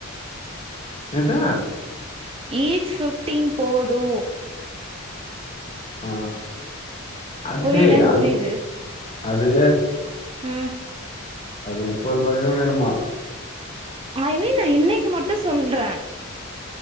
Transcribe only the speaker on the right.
ஈச் பிஃப்டீன் போது
புரியலன்னு
புரியுது
ம்
ஐ மீன் நா இன்னைக்கு மட்டு சொல்றே